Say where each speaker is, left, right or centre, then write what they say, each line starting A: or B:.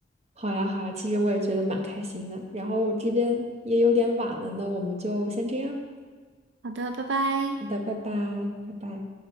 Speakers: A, on the right; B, on the right.
A: 好呀，好呀，其实我也觉得蛮开心的。然后我这边也有点晚了，那我们就先这样。
B: 好的，拜拜。
A: 好的，拜拜，拜拜。